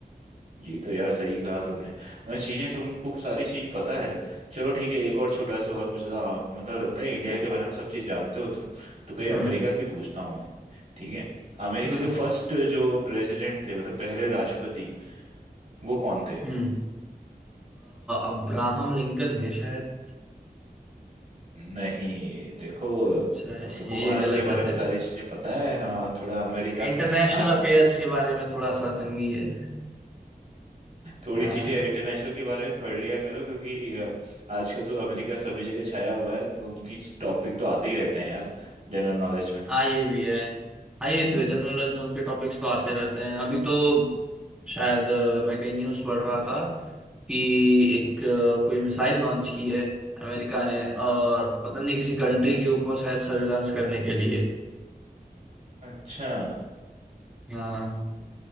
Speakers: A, on the right; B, in the centre.
A: ये तो यार सही कहा तुमने मतलब चीजें तुमको सारी चीज पता है चलो ठीक है एक और छोटा सा सवाल पूछता हूँ। आप- मतलब लगता है इंडिया के बारे में सब चीज जानते हो तुम तो कहीं
B: हम्म
A: अमेरिका की पूछता हूँ मैं, ठीक है अमेरिका
B: हम्म
A: के फर्स्ट जो प्रेसिडेंट थे मतलब पहले राष्ट्रपति वो कौन थे
B: हम्म अब्राहम लिंकन थे शायद
A: नहीं देखो
B: अच्छा
A: तो तुमको
B: ये
A: भारत
B: गलत
A: के बारे में
B: है
A: सारी चीजें पता है हाँ थोड़ा अमेरिका
B: इंटरनेशनल
A: आज
B: अफेयर्स के बारे में थोड़ा सा तंगी है
A: थोड़ी
B: हाँ
A: चीजें इंटरनेशनल के बारे में पढ़ लिया करो क्योंकि अ, आजकल तो अमेरिका सभी जगह छाया हुआ है तो उनकी टॉपिक तो आते ही रहते हैं यार जनरल नॉलेज में
B: हाँ, ये भी है हाँ ये
A: हम्म
B: तो है जनरल नॉलेज में उनके टॉपिक्स तो आते रहते हैं अभी तो शायद अ, मैं कहीं न्यूज़ पढ़ रहा था कि एक अ, कोई मिसाइल लॉन्च की है अमेरिका ने और पता नहीं किसी कंट्री के ऊपर शायद सर्विलांस करने के लिए
A: अच्छा
B: हाँ